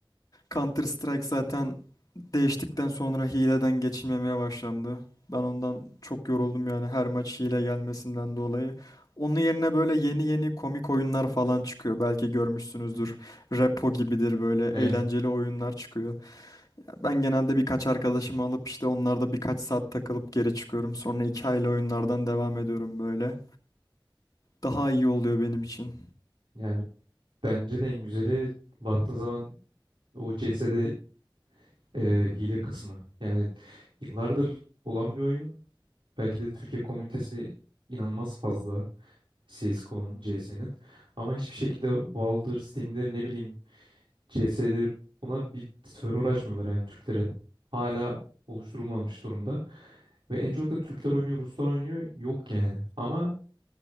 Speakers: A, on the left (about 45°); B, on the right (about 80°).
A: Counter Strike zaten değiştikten sonra hileden geçilmemeye başlandı. Ben ondan çok yoruldum yani her maç hile gelmesinden dolayı. Onun yerine böyle yeni yeni komik oyunlar falan çıkıyor. Belki görmüşsünüzdür.
B: Hı hı.
A: Repo gibidir böyle eğlenceli
B: Ee,
A: oyunlar çıkıyor. Ben genelde birkaç arkadaşımı alıp işte onlarda birkaç saat takılıp geri çıkıyorum. Sonra hikayeli oyunlardan devam ediyorum böyle. Daha iyi oluyor benim için.
B: yani bence de en güzeli baktığın zaman o CS'de Ee, Hı hile kısmı. Yani yıllardır olan bir oyun. Belki de Türkiye komünitesi inanılmaz fazla CSGO'nun, CS'nin. Ama hiçbir şekilde Valve'dır, Steam'dir, ne bileyim CS'dir buna bir server açmıyorlar yani Türklere. Hala oluşturulmamış durumda. Ve en çok da Türkler oynuyor, Ruslar oynuyor. Yok yani. Ama